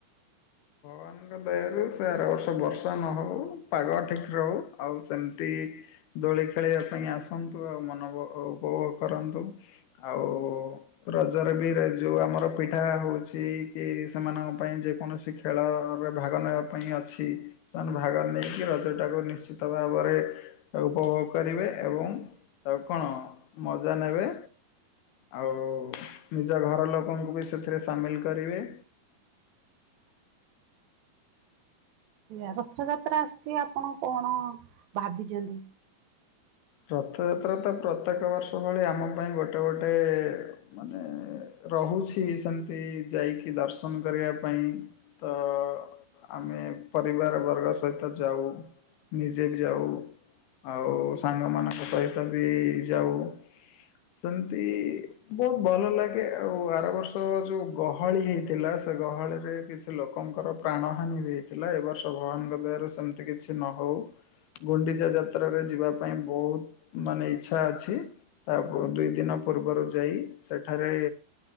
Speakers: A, on the left (about 85°); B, on the right (about 70°).
A: ଭଗବାନଙ୍କ ଦେହରୁ ସେ ଆର ବର୍ଷ ବର୍ଷା ନ ହେଉ ପାଗ ଠିକ ରହୁ। ଆଉ ସେମିତି ଦୋଳି ଖେଳିବା ପାଇଁ ଆସନ୍ତୁ, ଆଉ ମନ ଉପଭୋଗ କରନ୍ତୁ ଆଉ ରଜ ରେ ବି ରହି ଯେଉଁ ଆମର ପିଠା ହଉଚି କି ସେମାନଙ୍କ ପାଇଁ ଯେକୌଣସି ଖେଳ ରେ ଭାଗ ନେବା ପାଇଁ ଅଛି। ସେମାନେ ଭାଗ ନେଇକି ରଜଟାକୁ ନିଶ୍ଚିତ ଭାବରେ ଉପଭୋଗ କରିବେ ଏବଂ ତାକୁ କଣ ମଜା ନେବେ। ଆଉ ନିଜ ଘର ଲୋକଙ୍କୁ ବି ସେଥିରେ ସାମିଲ କରିବେ।
B: ଆ ରଥଯାତ୍ରା ଆସୁଚି ଆପଣ କଣ ଭାବିଚନ୍ତି?
A: ରଥଯାତ୍ରା ତ ପ୍ରତ୍ୟେକ ବର୍ଷ ଭଳି ଆମ ପାଇଁ ଗୋଟେ ଗୋଟେ ଏ ମାନେ ରହୁଛି ସେମତି ଯାଇକି ଦର୍ଶନ କରିବା ପାଇଁ। ତ। ଆମେ ପରିବାର ବର୍ଗ ସହିତ ଯାଉ ନିଜେ ବି ଯାଉ ଆଉ ସାଙ୍ଗମାନଙ୍କ ସହିତ ବି ଯାଉ। ସେମତି ବୋହୁତ ଭଲ ଲାଗେ ଆଉ ଆର ବର୍ଷ ଯୋଉ ଗହଳି ହେଇ ଥିଲା ସେ ଗହଳିରେ କିଛି ଲୋକଙ୍କର ପ୍ରାଣହାନି ବି ହେଇଥିଲା ଏବ ବର୍ଷ ଭଗବାନଙ୍କ ଦୟରୁ ସେମି ତି କିଛି ନ ହଉ ଗୁଣ୍ଡିଚା ଯାତ୍ରାରେ ଯିବା ପାଇଁ ବୋହୁତ ମାନେ ଇଛା ଅଛି ତା ଦୁଇ ଦିନ ପୂର୍ବରୁ ଯାଇ ସେଠାରେ